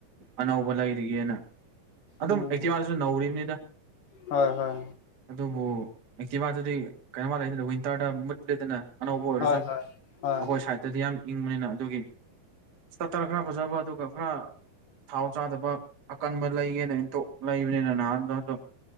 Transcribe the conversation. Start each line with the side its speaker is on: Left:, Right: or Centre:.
Right: ꯑꯅꯧꯕ ꯂꯩꯔꯤꯒꯦꯅ ꯑꯗꯨꯝ
Left: ꯎꯝ
Right: ꯑꯩꯠꯇꯤ ꯋꯥꯟꯗꯁꯨ ꯅꯧꯔꯤꯕꯅꯤꯗ
Left: ꯍꯣꯏ ꯍꯣꯏ
Right: ꯑꯗꯨꯕꯨ ꯑꯦꯛꯇꯤꯕꯥꯇꯗꯤ ꯀꯩꯅꯣꯃ ꯂꯩꯗꯅ ꯋꯤꯟꯇꯔꯗ ꯃꯨꯠ ꯂꯩꯗꯅ ꯑꯅꯧꯕ ꯑꯣꯏꯔꯁꯨ
Left: ꯍꯣꯏ
Right: ꯑꯩꯈꯣꯏ
Left: ꯍꯣꯏ ꯍꯣꯏ
Right: ꯁꯥꯏꯗꯠꯇꯗꯤ ꯌꯥꯝ ꯏꯪꯕꯅꯤꯅ ꯑꯗꯨꯒꯤ ꯇꯔ ꯈꯔ ꯐꯖꯕ ꯑꯗꯨꯒ ꯈꯔ ꯊꯥꯎ ꯆꯥꯗꯕ ꯑꯀꯟꯕ ꯂꯩꯒꯦꯅ ꯑꯟꯇꯣꯛ ꯂꯩꯕꯅꯤꯅ ꯅꯍꯥꯟꯗꯣ ꯑꯗꯨꯝ